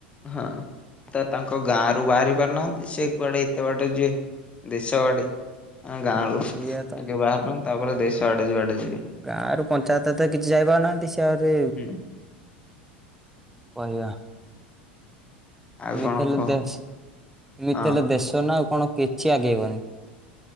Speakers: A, on the left; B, in the centre.
A: ହଁ ସେ ତ ତାଙ୍କ ଗାଁ ରୁ ବାହାରି ପାରୁନାହାନ୍ତି ସେ କୁଆଡେ ଏତେ ବାଡେ ଯିଏ। ଦେଶ ବାଡି ଗାଁରୁ ଆଗେ
B: ସେଇଆ ତ
A: ବାହାରନ୍ତୁ ତାପରେ ଦେଶ ଆଡେ ଯୁଆଡେ ଯିବେ।
B: ଗାଁରୁ ପଞ୍ଚାୟତ ତ କିଛି ଯାଇପାରୁନାହାନ୍ତି ସେ ଆହୁରି
A: ହୁଁ।
B: କହିବା।
A: ଆଉ
B: ଏମିତି
A: କଣ
B: ହେଲେ
A: କହ?
B: ଦେଶ ଏମିତି
A: ହଁ
B: ହେଲେ ଦେଶ ନା ଆଉ କଣ କି କିଛି ଆଗେଇବନି